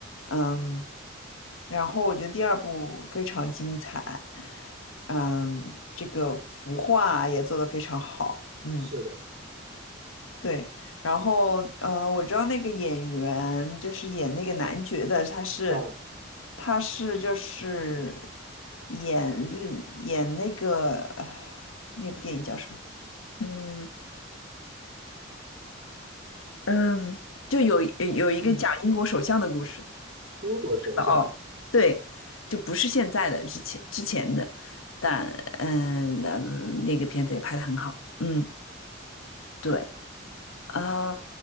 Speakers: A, on the left; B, on the right.
A: 嗯，然后我觉得第二部非常精彩，嗯，这个服化也做得非常好，嗯。
B: 是的，
A: 对，然后呃，我知道那个演员就是演那个男爵的，他是
B: 啊，
A: 他是就是演日演那个呃那部电影叫什么？嗯嗯，就有一有一个讲英国首相的故事
B: 嗯，英国手下。
A: 哦，对，就不是现在的，之前之前的，但嗯，那那个片子也拍的很好，嗯，对，啊